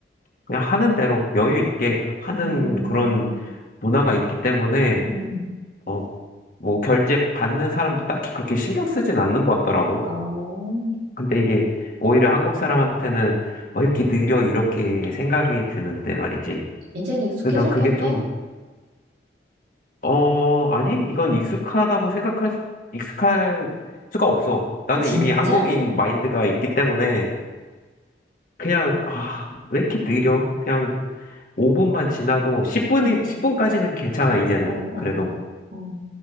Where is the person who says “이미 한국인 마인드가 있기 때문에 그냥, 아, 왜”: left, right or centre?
Left